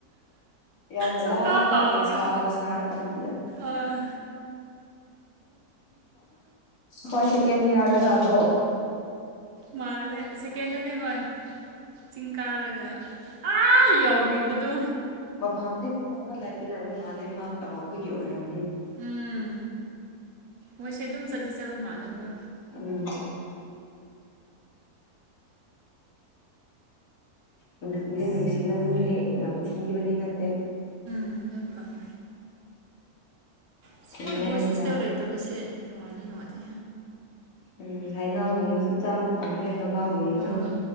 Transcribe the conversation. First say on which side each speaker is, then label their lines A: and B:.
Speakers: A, on the left; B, on the right.
A: ꯌꯥꯝ
B: ꯁꯨꯡ
A: ꯋꯥꯏꯀꯣ
B: ꯀ ꯀꯥꯎꯥꯎꯔꯣ
A: ꯅꯨꯡꯁꯥꯒ ꯁꯥꯔ ꯀꯥꯟꯁꯤꯗ
B: ꯑꯣ
A: ꯍꯣꯏ ꯁꯦꯀꯦꯟ ꯏꯌꯥꯔꯗ ꯔꯥꯗꯣ
B: ꯃꯥꯜꯗ ꯁꯀꯦꯟ ꯍꯅꯦ ꯍ ꯆꯤꯡ ꯀꯥꯔꯒ ꯑꯥ ꯌꯥꯎꯕꯤꯕꯗꯣ
A: ꯃꯐꯝꯗꯤ ꯐꯖꯕ ꯂꯥꯏꯗꯤ ꯂꯥꯏꯕ ꯃꯥꯜꯂꯦ ꯃꯥ ꯀꯥꯎꯕꯒꯤ ꯑꯣꯏꯔꯝꯃꯤ
B: ꯎꯝ ꯃꯣꯏꯁꯦ ꯑꯗꯨꯝ ꯆꯠꯗꯤ ꯆꯠꯕ ꯃꯥꯜꯂꯦꯕ
A: ꯎꯝ ꯅꯨꯡꯁꯤꯖ ꯅꯨꯡꯁꯤꯕ ꯃꯤꯁꯦ ꯌꯥꯝ ꯊꯤꯕꯗꯤ ꯅꯠꯇꯦ
B: ꯎꯝ ꯌꯥꯝ ꯄꯥꯝꯃꯦ ꯑꯁ
A: ꯆꯤꯡꯂꯦꯟꯒ
B: ꯃꯣꯏ ꯚꯣꯏꯁ ꯍꯣꯁꯇꯦꯜ ꯂꯩꯇꯕꯁꯦ ꯅꯨꯡꯉꯥꯏꯇ ꯅꯨꯡꯉꯥꯏꯇꯦ
A: ꯎꯝ ꯍꯩꯅꯥꯎꯒꯨꯝꯕꯁꯨ ꯆꯥꯕ ꯄꯥꯝꯗꯦ ꯅꯣꯕꯥꯞꯒꯨꯝꯕꯗꯣ
B: ꯍꯣꯏ